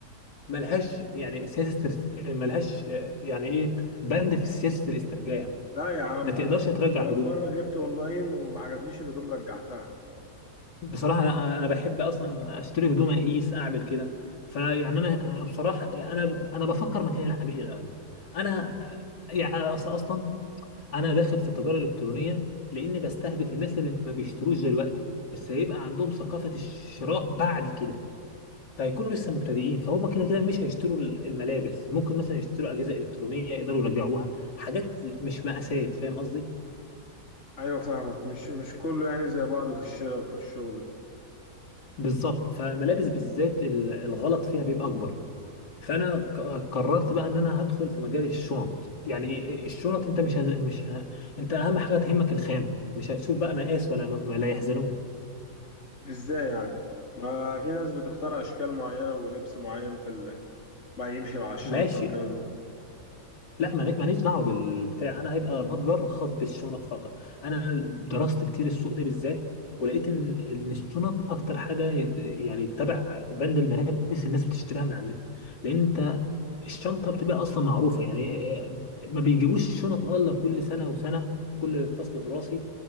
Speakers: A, on the left; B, on the left.
A: ملهاش يعني سياسه ترس- ملهاش آه، يعني ايه بند في سياسه الاسترجاع
B: لا يا عم
A: ما تقدرش
B: انا
A: ترجع
B: انا
A: هدوم
B: في مره جبت اونلاين وما عجبنيش الهدوم رجعتها
A: بصراحه انا أنا بحب اصلا اشتري هدوم اقيس اعمل كده فيعني انا بصراحه انا انا بفكر مكان العميل الاول انا يعني أصل اصلا انا داخل في التجاره الالكترونيه لاني بستهدف الناس اللي ما بيشتروش دلوقتي بس هيبقى عندهم ثقافه الشراء بعد كده فهيكونوا لسه مبتدئين فهم كده كده مش هيشتروا الملابس ممكن مثلا يشتروا اجهزه الكترونيه يقدروا يرجعوها حاجات مش مقاسات فاهم قصدي
B: ايوه فاهمك مش مش كله يعني زي بعضه في الشراء وفي الشغل
A: بالظبط فالملابس بالذات ال- الغلط فيها بيبقى اكبر فانا ك- قررت بقى ان انا هدخل في مجال الشنط يعني الشنط انت مش ه... مش ه... انت اهم حاجه تهمك الخامه مش هتشوف بقى مقاس ولا م- لا يحزنون
B: ازاي يعني ما في ناس بتختار اشكال معينه ولبس معين في ال... ما يمشي مع الشنطه
A: ماشي
B: والكلام ده
A: لا مالي- ماليش دعوه بالبتاع انا هيبقى متجر خاص بالشنط فقط انا درست كتير السوق ده بالذات ولقيت ان ان الشنط اكتر حاجه يعني تبع بند الملابس الناس بتشتريها من على النت لان انت الشنطه بتبقى اصلا معروفه يعني آه، ما بيجيبوش شنط الا كل سنه وسنه كل فصل دراسي